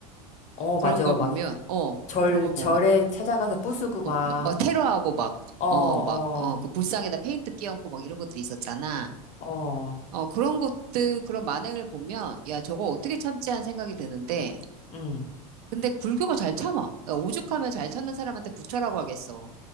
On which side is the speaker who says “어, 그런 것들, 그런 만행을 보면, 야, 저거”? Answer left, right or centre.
Right